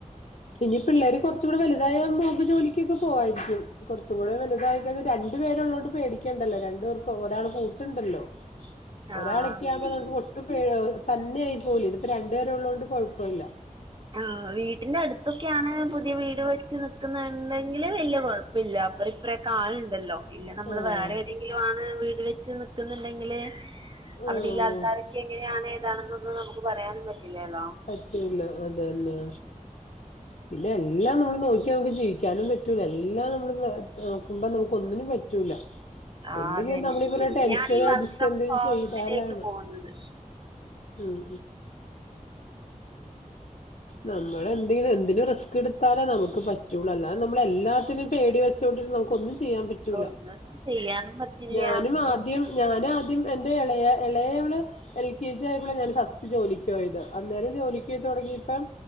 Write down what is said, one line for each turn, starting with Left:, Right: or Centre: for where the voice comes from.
Left: ഇനി പിള്ളേര് കുറച്ച് കൂടെ വലുതായ മോൾക്ക് ജോലിക്കൊക്കെ പോവായിരിക്കും കുറച്ചും കൂടെ വലുതായി കഴിഞ്ഞാ രണ്ടു പേരുള്ളോണ്ട് പേടിക്കേണ്ടല്ലോ രണ്ടു പേർക്ക് ഒരാൾ കൂട്ടുണ്ടല്ലോ
Right: ആഹ്
Left: ഒരാളൊക്കെ ആവുമ്പോ
Right: പിന്നെ
Left: നമുക്ക് പ- തന്നെ ആയി പോവില്ലേ ഇതിപ്പോ രണ്ടു പേര് ഉള്ളതുകൊണ്ട് കുഴപ്പല്ല
Right: ആഹ് വീട്ടിന്റെ അടുത്തൊക്കെയാണ് പുതിയ വീട് വെച്ച് നിക്കുന്നുണ്ടെങ്കില് വല്യയ കുഴപ്പല്ല അവരുടെ ഒപ്പരകാളുണ്ടല്ലോ ഇല്ല നമ്മള്
Left: ആഹ്
Right: വേറെ ഏതെങ്കിലും ആണ് വീട് വെച്ച് നിക്കുന്നുണ്ടെങ്കില്
Left: ആഹ്
Right: അവിടെള്ള ആൾക്കാരൊക്കെ എങ്ങനെയ ആണ് ഏതാണെന്നൊന്നും നമുക്ക് പറയാനും പറ്റില്ലല്ലോ
Left: പറ്റൂല അതന്നെ പിന്നെ എല്ലാം നമ്മള് നോക്കി നമുക്ക് ജീവിക്കാനും പറ്റൂല എല്ലാം നമ്മള് നോക്കുമ്പ നമുക്ക് ഒന്നിനും പറ്റൂല
Right: ആഹ്
Left: എന്തെങ്കിലും
Right: അതന്നെ
Left: നമ്മളി പറഞ്ഞപോലെ
Right: പിന്നെയാണ്
Left: ടെൻഷൻ
Right: ഈ
Left: അടിച്
Right: വർക്ക് ഫ്രം
Left: എന്തെങ്കിലും
Right: ഹോമിലേക്ക്
Left: ചെയ്താലാണ്
Right: പോകുന്നത്
Left: ഉം നമ്മള എന്തെങ്കിലും എന്തിനും റിസ്ക് എടുത്താലേ നമുക് പറ്റുള്ളൂ അല്ലാതെ നമ്മള എല്ലാത്തിനും പേടി വെച്ചോണ്ടിരുന്ന നമുക്- ഒന്നും ചെയ്യാൻ പറ്റൂല
Right: ഒന്നും ചെയ്യാനും പറ്റില്ല
Left: ഞാനും ആദ്യം ഞാന ആദ്യം എന്റെ ഇളയ ഇളയവളെ എൽ കെ ജി ആയപ്പോള ഞാന് ഫസ്റ്റ് ജോലിക്കൊയത്. അന്നേരം ജോലിക്ക് പോയി തുടങ്ങിയപ്പം.